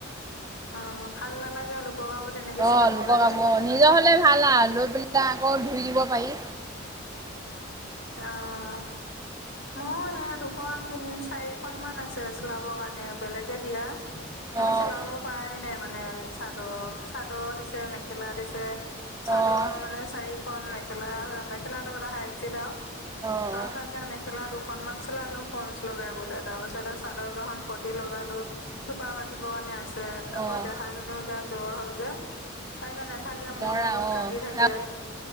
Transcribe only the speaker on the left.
অ', ভাল নালাগে লোকৰ কাপু তেনেকে
চিলাবৰ
কাৰণে।
অ',। <unintelligible> দুখন তিন চাৰিখন মান আছে চিলাবৰ কাৰণে বেলেগে দিয়া। মই
চিলাব পৰাাই নাই মানে <inaudible> <inaudible> চাদৰ দিছে মেখেলা দিছে চাদৰ
মানে চাৰি <unintelligible> মেখেলা মেখেলা লগত আহা এক ছেত
আৰু <unintelligible> মেখেলা দুখনমানান চিলালো ফলচ লগাই <unintelligible> তাৰ পাছতে চাদৰ কিখন পতি লগালোঁ। থোপা বান্ধিবৰ কাৰণে আছে, আকৌ
দেহাজনীও এতিয়া জ্বৰ হ'ল যে। তাইতে নাথাকে,
মোৰ লগত
কান্দি থাকে।